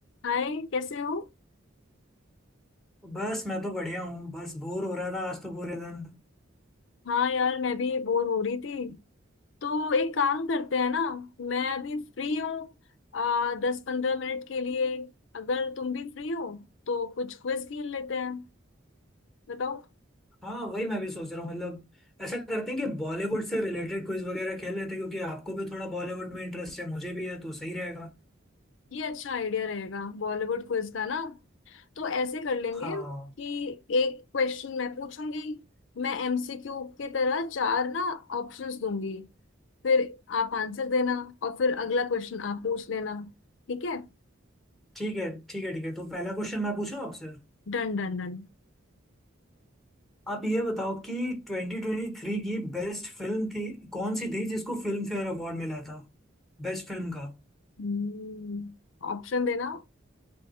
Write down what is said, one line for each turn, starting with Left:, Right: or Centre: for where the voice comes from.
Left: हाय कैसे हो
Centre: तो बस मैं तो बढ़िया हूँ बस बोर हो रहा था आज तो पूरे दिन
Left: हाँ यार मैं भी बोर हो रही थी तो एक काम करते हैं ना मैं अभी फ्री हूँ आ दस पंद्रह मिनट के लिए अगर तुम भी फ्री हो तो कुछ क्विज खेल लेते हैं बताओ
Centre: हाँ वही मैं भी सोच रहा हूँ मतलब ऐसा करते हैं कि बॉलीवुड से रिलेटेड क्विज वगैरह खेल लेते हैं क्योंकि आपको भी थोड़ा बॉलीवुड में इंटरेस्ट है मुझे भी है तो सही रहेगा
Left: ये अच्छा आइडिया रहेगा बॉलीवुड क्विज का ना तो ऐसे कर लेंगे
Centre: हाँ
Left: कि एक क्वेश्चन मैं पूछूंगी मैं एमसीक्यू के तरह चार ना ऑप्शंस दूंगी फिर आप आंसर देना और फिर अगला क्वेश्चन आप पूछ लेना ठीक है
Centre: ठीक है ठीक है ठीक है तो पहला क्वेश्चन मैं पूछूं आपसे
Left: Done done done
Centre: आप ये बताओ कि 2023 की बेस्ट फिल्म थी कौन सी थी जिसको फिल्म फेयर अवार्ड मिला था बेस्ट फिल्म का
Left: हम्म ऑप्शन देना